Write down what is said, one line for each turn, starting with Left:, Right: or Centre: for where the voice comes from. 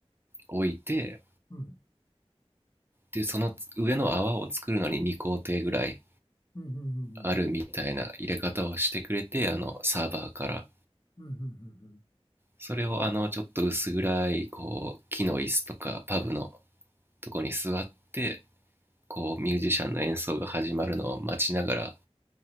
Right: 置いて
Left: うん、
Right: でその上の泡を作るのに2工程ぐらい
Left: うん、うん、
Right: あるみたいな入れ方をしてくれて、
Left: うん、
Right: あの、サーバーから。
Left: うん、うん、うんうんうん。
Right: それをあの、ちょっと薄暗い、こう、木の椅子とか、パブのとこに座って、こう、ミュージシャンの演奏が始まるのを待ちながら、